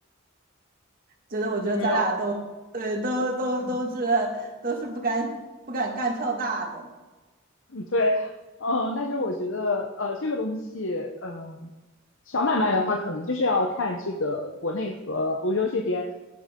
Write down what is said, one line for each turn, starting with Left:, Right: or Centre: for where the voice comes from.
Right: 觉得我觉得咱俩都对，
Left: 没有，
Right: 都都都是都是不敢不敢干票大的
Left: 嗯对，嗯，但是我觉得呃这个东西，呃，小买卖的话，可能就是要看这个国内和欧洲这边，